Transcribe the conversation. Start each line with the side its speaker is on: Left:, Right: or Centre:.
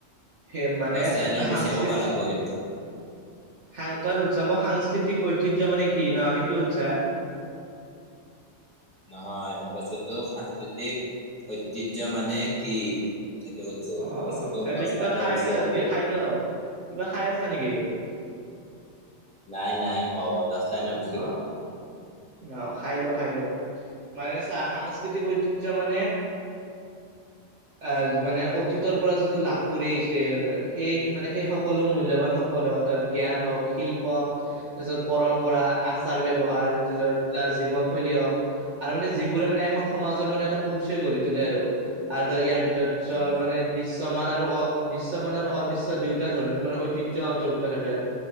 Right: সেই মানে
Centre: দহ লাইনৰ বেছি
Right: সাংস্কৃত
Centre: ক'বা লাগব কিন্তু
Right: সাং তই শুধছা মোক সাংস্কৃতিক ঐতিহ্য মানে কি ন সেইটো হোদছা
Centre: নহয় মই কৈছো তোৰ সাংস্কৃতিক ঐতিহ্য মানে কি সেইটো
Right: অ
Centre: মই কৈছো
Right: অ
Centre: তোক
Right: এটো
Centre: দহ
Right: কিবা
Centre: লাইনৰ
Right: খাই
Centre: বেছি
Right: আছা
Centre: কবি।
Right: যদি খাই ল কিবা খাই আছা নিকি
Centre: নাই নাই খঅ জাষ্ট <unintelligible> ব গ'ল
Right: অ', ন খাই লও খাই লও মানে চা সাংস্কৃতিক ঐতিহ্য মানে
Centre: <inaudible>
Right: আহ মানে অতীতৰ পৰা যিটো লাভ কৰি আহিছে সেই মানে সেই সকলো মূল্যবান সম্প সম্পদ হওক ত জ্ঞান হওক শিল্প পিছত পৰম্পৰা আচাৰ ব্যৱহাৰ তাৰপিছত তাৰ জীৱনশৈলী হওক আৰু মানে যিবোৰে মানে এখন সমাজৰ মানে এটা পৰিচয় গঢ়ি তোলে আৰু আৰু ধৰ ইয়াৰ ভিত চৰ
Centre: অ',
Right: মানে দৃশ্যমান আৰু অ দৃশ্যমান আৰু অদৃশ্য দুয়োটা ধৰণৰ মানে ঐতিহ্য অন্তৰ্ভুক্ত থাকে আৰু